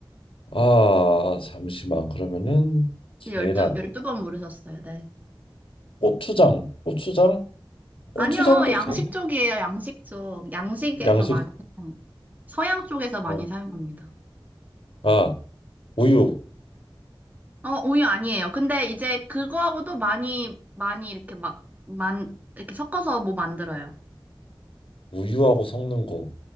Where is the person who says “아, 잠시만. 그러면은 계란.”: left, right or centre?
Left